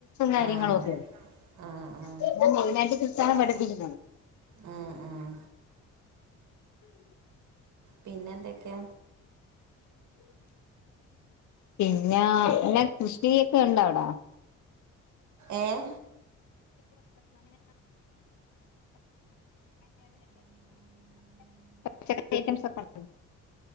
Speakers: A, on the left; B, on the right.
A: കാര്യങ്ങളും
B: ആഹ്
A: ഒക്കെ <unintelligible>
B: ആഹ് ആഹ് ആഹ് ആഹ് പിന്നെ എന്തൊക്കെ
A: പിന്നെ അല്ല കൃഷിയൊക്കെ ഉണ്ടോ അവിടെ
B: ഏഹ്
A: പച്ചക്ക ഐറ്റംസ് ഒക്കെ ഉണ്ട